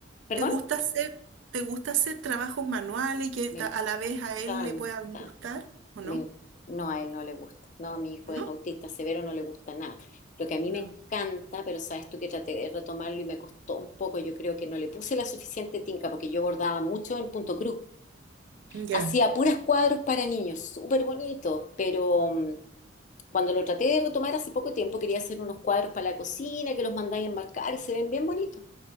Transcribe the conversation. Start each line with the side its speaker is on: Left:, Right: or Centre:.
Left: perdón,
Right: te gusta hacer, te gusta hacer trabajos manuales que ta-
Left: me
Right: a la vez a
Left: encanta.
Right: él le puedan gustar o
Left: me-
Right: no?
Left: no, a él no le gusta. No, mi hijo
Right: ¿No?
Left: es autista severo, no le gusta nada. Lo que a mí
Right: No.
Left: me encanta, pero sabes tú que traté de retomarlo y me costó un poco, yo creo que no le puse la suficiente tinca porque yo bordaba mucho en punto cruz.
Right: Ya.
Left: Hacía puras cuadros para niños, súper bonitos, pero mm, cuando lo traté de retomar hace poco tiempo, quería hacer unos cuadros para la cocina que los mandáis a enmarcar y se ven bien bonitos.